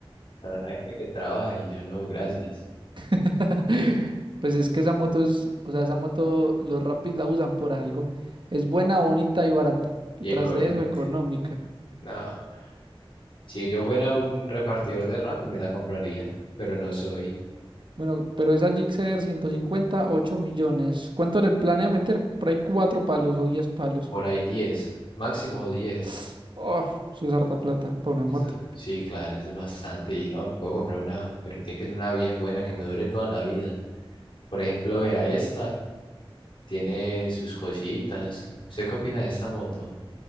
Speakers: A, on the left (about 60°); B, on the right (about 55°).
A: para la gente que trabaja y yo no, gracias.
B: <laughs> Pues es que esa moto es, o sea, esa moto los rapis la usan por algo. Es buena, bonita y barata. Y
A: Y
B: tras
A: económica.
B: de eso, económica.
A: No, Si yo fuera un repartidor de Rappi, me la compraría, pero no soy.
B: Bueno, pero esa Gixxer 150, 8 millones. ¿Cuánto le planea meter? Por ahí 4 palos o 10 palos.
A: Por ahí 10, máximo 10.
B: <sighs> Oh, eso es harta plata para una
A: Eso,
B: moto.
A: sí, claro, eso es bastante. Y no, puedo comprar una, pero tiene que ser una bien buena que me dure toda la vida. Por ejemplo, vea esta, tiene sus cositas. ¿Usted qué opina de esta moto?